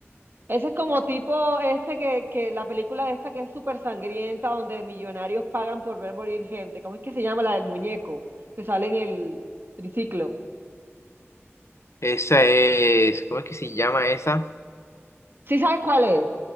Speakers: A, on the right (about 50°); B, on the left (about 70°).
A: Ese es como tipo este que, que la película esta que es súper sangrienta, donde millonarios pagan por ver morir gente. ¿Cómo es que se llama la del muñeco? Que sale en el triciclo.
B: Esa es. ¿Cómo es que se llama esa?
A: ¿Sí sabes cuál es?